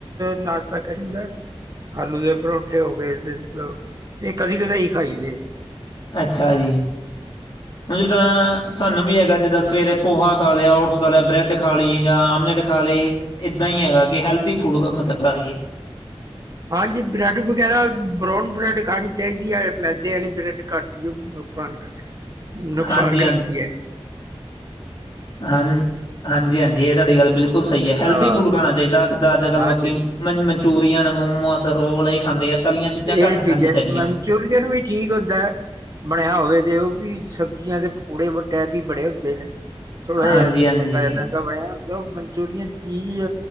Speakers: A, on the right (about 40°); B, on the left (about 55°).
A: ਨਾਸ਼ਤਾ ਕਰੀ ਦਾ ਆਲੂ ਦੇ ਪਰੋਂਠੇ ਹੋ ਗਏ ਤੇ ਇਹ ਕਦੇ ਕਦੀ ਖਾਈਦੇ ਨੇ।
B: ਅੱਛਾ ਜੀ, ਹੁਣ ਜਿੱਦਾਂ ਸਾਨੂੰ ਵੀ ਹੈਗਾ ਜਿੱਦਾਂ ਸਵੇਰੇ ਪੋਹਾ ਖਾ ਲਿਆ, ਓਟਸ ਖਾ ਲਿਆ, ਬਰੈਡ ਖਾ ਲਈ ਜਾਂ ਆਮਲੇਟ ਖਾ ਲਈਏ ਇੱਦਾਂ ਹੀ ਹੈਗਾ ਕਿ ਹੈਲਥ ਫੂਡ ਮਤਲਬ ਖਾ ਲਈਏ।
A: ਹਾਂਜੀ ਬ੍ਰੈਡ ਵਗੈਰਾ, ਬਰਾਊਨ ਬ੍ਰੈਡ ਖਾਣੀ ਚਾਹੀਦੀ। ਐ ਮੈਦੇ ਵਾਲੀ ਬ੍ਰੈਡ ਘੱਟ ਨੁਕਸਾਨ ਕਰੇ। ਨੁਕਸਾਨ
B: ਹਾਂਜੀ
A: ਕਰਦੀ ਐ।
B: ਹਾਂਜੀ- ਹਾਂਜੀ- ਹਾਂਜੀ ਇਹ ਤੁਹਾਡੀ ਗੱਲ ਬਿਲਕੁਲ ਸਹੀ ਹੈ ਹੈਲਥੀ
A: ਹਾਂ
B: ਫੂਡ ਖਾਣਾ ਚਾਹੀਦਾ ਕਿੱਦਾਂ ਅੱਜ ਕੱਲ
A: ਹਾਂਜੀ
B: ਲੋਕੀ ਮਨ ਚੂਰੀਆਂ ਨੇ ਮੋਮੋਸ ਰੋਲ ਇਹ ਖਾਂਦੇ ਆ। ਤਲੀਆਂ ਚੀਜ਼ਾਂ
A: ਇਹ
B: ਘੱਟ
A: ਚੀਜ਼ਾਂ
B: ਖਾਣੀਆਂ ਚਾਹੀਦੀਆਂ
A: ਮਨਚੂਰੀਅਨ ਵੀ ਠੀਕ ਹੁੰਦਾ ਬਣਿਆ ਹੋਵੇ ਤੇ ਉਹ ਵੀ। ਸਬਜ਼ੀਆਂ ਦੇ ਪਕੌੜੇ ਵ ਟੈਪ ਹੀ ਬਣੇ ਹੁੰਦੇ ਨੇ। ਥੋੜਾ
B: ਹਾਂਜੀ
A: ਜਿਹਾ
B: ਹਾਂਜੀ
A: ਹਲਕਾ ਜਾ ਖਾਂਦਾ ਹੋਇਆ ਉਹ ਮਨਚੂਰੀਅਨ ਚੀਜ਼